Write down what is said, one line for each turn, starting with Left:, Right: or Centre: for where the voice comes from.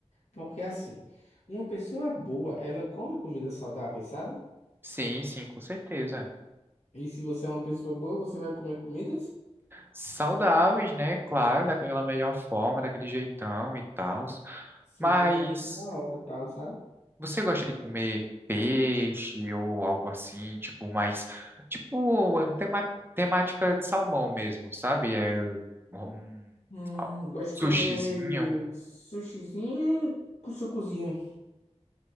Left: Porque assim, uma pessoa boa, ela come comidas saudáveis, sabe?
Right: Sim, sim, com certeza.
Left: E se você é uma pessoa boa, você vai comer comidas?
Right: Saudáveis, né? Claro, daquela melhor forma, daquele jeitão e tal.
Left: Sim,
Right: Mas
Left: é muito da hora, e tal, sabe?
Right: Você gosta de comer peixe ou algo assim, tipo mais, tipo tema, temática de salmão mesmo, sabe? É um um
Left: Hum, gosto de
Right: sushizinho.
Left: comer sushizinho com sucozinho.